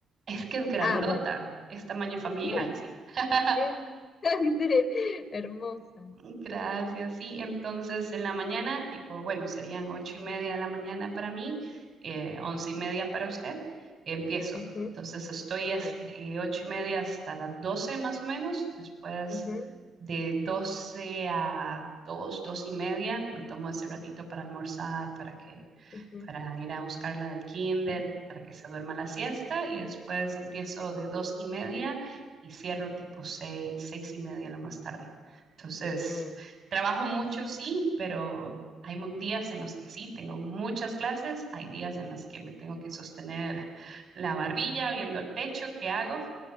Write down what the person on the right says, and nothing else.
Es que es grandota,
es tamaño familiar,
sí. <laughs>
Gracias. Sí, entonces en la mañana, tipo, bueno, serían ocho y media de la mañana para mí, eh, once y media para usted. Empiezo.
Entonces estoy es-
de ocho y media hasta las doce más o menos. Después
de doce a dos, dos y media, me tomo ese ratito para almorzar, para que,
para ir a buscarla del kinder, para que se duerma la siesta y después empiezo de dos y media y cierro tipo seis, seis y media lo más tarde. Entonces,
trabajo mucho, sí, pero hay mu- días en los que sí, tengo muchas clases, hay días en los que me tengo que sostener la barbilla viendo el techo, ¿qué hago?